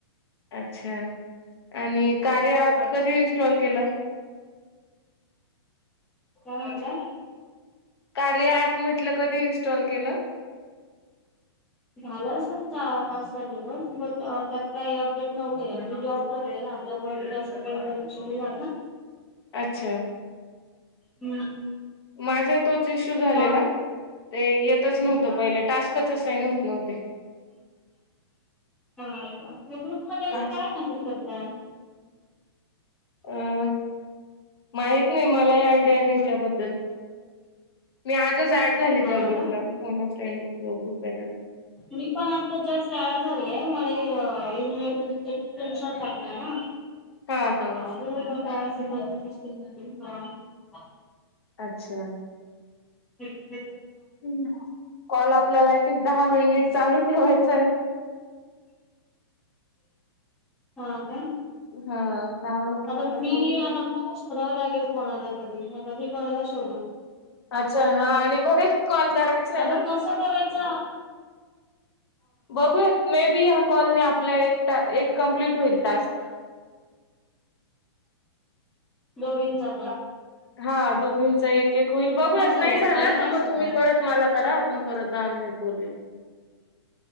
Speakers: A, on the left (about 65°); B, in the centre.
A: अच्छा आणि कार्य
B: काय
A: ऍप कधी इन्स्टॉल केलं?
B: काय म्हंटल्या?
A: कार्य ऍप म्हटलं कधी इन्स्टॉल केलं?
B: झालं असेल पाच सहा दिवस बट त्यात काही अपडेट नव्हते मी जॉब करते ना त्यामुळे विकास <unintelligible> एवढं लक्ष दिलं ना
A: अच्छा.
B: हम्म.
A: माझा आहे तोच इश्यू झालेला.
B: नाव
A: ते येतच
B: हम्म
A: नव्हतं
B: हा
A: पहिले टास्कच असाईंग होते नव्हते.
B: हा ग्रुप मध्ये असं
A: आज
B: काय मेसेज करता.
A: अ माहित नाही. मलाही आयडिया नाही त्याबद्दल मी आजच ऍड झाली
B: हा
A: त्या ग्रुपला
B: का
A: फोनफ ट्रड लो ग्रुप आहे त्याला
B: मी पण आता जस्ट तयार झालेय मला दिवसात टाकणार ना
A: हा हा
B: ह मोट शमती सृष्ट ह <unintelligible>
A: अच्छा.
B: ह <unintelligible>
A: ह् कॉल आपल्याला आहेथ दहा मिनिट चालू ठेवायचंय.
B: हा ना.
A: हा. दहा मिनिट
B: आता मी
A: कोण
B: आता मला शोधावं लागेल कोणाला तरी आता मी कोणाला शोधू
A: अच्छा हा आणि बरेच कॉल करायचे आहे
B: आता कस करायच.
A: बघूया मे बी ह कॉलने आपल्या कमप्लीट होईल टास्क.
B: दोघेन ज
A: हा दोघींचा एक एक होईल बघूयात
B: होईल
A: नाही झाला
B: मला नाही
A: तर मग
B: समजलं.
A: तुम्ही परत मला करा आपण परत दहा मिनिट बोलु या.